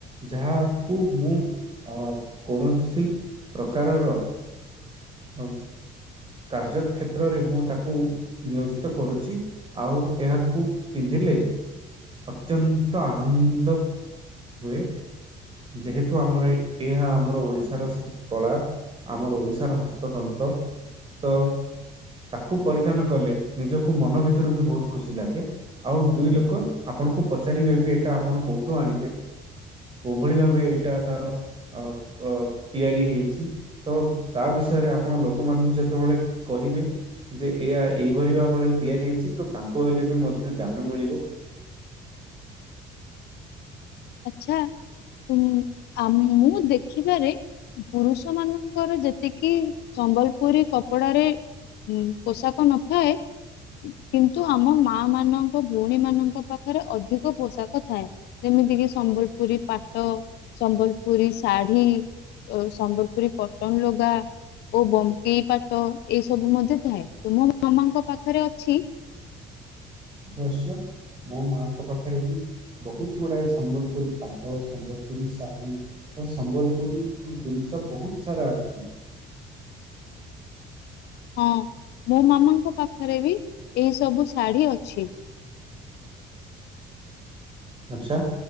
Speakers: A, on the right; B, on the left.
A: ଯାହାକୁ ମୁଁ, ଅ କୌଣସି ପ୍ରକାରର ହ କାର୍ଯ୍ୟକ୍ଷେତ୍ରରେ ମୁଁ ତାକୁ ନିୟୋଜିତ କରୁଛି। ଆଉ ଏହାକୁ ପିନ୍ଧିଲେ ଅତ୍ୟନ୍ତ ଆନନ୍ଦ ହୁଏ। ଯେହେତୁ ଆମର ଏଇ ଏହା ଆମର ଓଡିଶାର କଳା। ଆମର ଓଡ଼ିଶାର ହସ୍ତତନ୍ତ। ତ ତାକୁ ପରିଧ୍ୟାନ କଲେ ନିଜକୁ ମନ ଭିତରୁ ବି ବହୁତ ଖୁସି ଲାଗେ। ଆଉ ଦୁଇ ଲୋକ ଆପଣଙ୍କୁ ପଚାରିବେ ଯେ ଏଇଟା ଆପଣ କୋଉଠୁ ଆଣିଲେ। କଉଭଳି ଭାବେ ଏଇଟା ତାର। ଅଉ ଅ ତିଆରି ହେଇଛି ତ ତା ବିଷୟରେ ଆପଣ ଲୋକମାନଙ୍କୁ ଯଦି। ଯେତେବେଳେ କହିବେ। ଯେ ଏଇଆ ଏହିଭଳି ଭାବରେ ତିଆରି ହେଇଛି ତ ତାଙ୍କୁ ହେଲେ ବି ମଧ୍ୟ ଜ୍ଞାନ ମିଳିବ।
B: ଆଚ୍ଛା ଉମ୍ ଆମ ମୁଁ ଦେଖିବାରେ। ପୁରୁଷ ମାନଙ୍କର ଯେତିକି ସମ୍ବଲପୁରୀ କପଡାରେ। ଉଁ ପୋଷାକ ନଥାଏ। କିନ୍ତୁ ଆମ ମା ମାନଙ୍କ ଭଉଣୀ ମାନଙ୍କ ପାଖରେ ଅଧିକ ପୋଷାକ ଥାଏ। ଯେମିତି କିି ସମ୍ବଲପୁରୀ ପାଟ ସମ୍ବଲପୁରୀ ଶାଢୀ। ଆଉ ସମ୍ବଲପୁରୀ କଟନ ଲୁଗା। ଓ ବମ୍କେଇ ପାଟ ଏଇ ସବୁ ମଧ୍ୟ ଥାଏ ତ ମୋ ମାମାଙ୍କ ପାଖରେ ଅଛି।
A: ଅବଶ୍ୟ ମୋ ମାଆଙ୍କ ପାଖରେ ବି। ବହୁତ ଗୁଡାଏ ସମ୍ବଲପୁରୀ ପାଟ ସମ୍ବଲପୁରୀ ଶାଢ଼ୀ। ଓ ସମ୍ବଲପୁରୀ ଜିନିଷ ବହୁତ ସାରା ଅଛି।
B: ହଁ ମୋ ମାମାଙ୍କ ପାଖରେ ବି ଏଇ ସବୁ ଶାଢ଼ୀ ଅଛି।
A: ଆଛା।